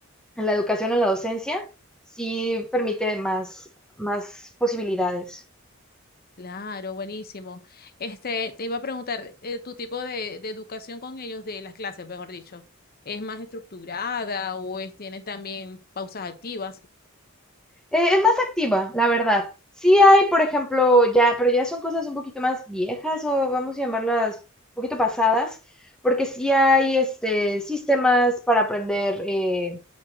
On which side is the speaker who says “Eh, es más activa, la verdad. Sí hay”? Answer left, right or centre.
Centre